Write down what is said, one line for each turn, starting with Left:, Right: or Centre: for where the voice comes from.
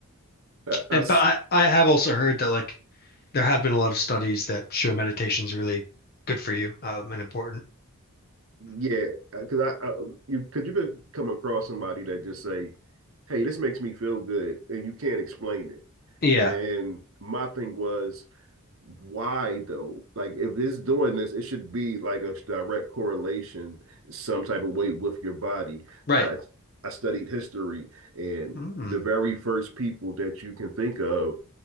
Right: I.
Left: but
Right: I
Left: I, I have also heard that like there have been a lot of studies that show meditation's really good for you, um, and important.
Right: Yeah, because I, I you because you could come across somebody that just say, "Hey, this makes me feel good," and you can't explain it.
Left: Yeah,
Right: And my thing was, why though? Like, if it's doing this, it should be like a direct correlation, some type of way with your body.
Left: right.
Right: I I studied history, and
Left: Mm,
Right: the very first people that you can think of